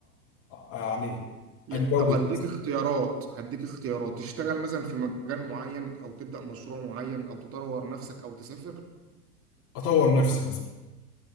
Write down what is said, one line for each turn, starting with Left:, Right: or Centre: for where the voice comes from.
Left: يعني
Right: ي-
Left: اتجوز
Right: طب هديك
Left: مثلا
Right: اختيارات هديك اختيارات تشتغل مثلا في مجال معين او تبدأ مشروع معين او تطور نفسك او تسافر
Left: اطور نفسي مثلا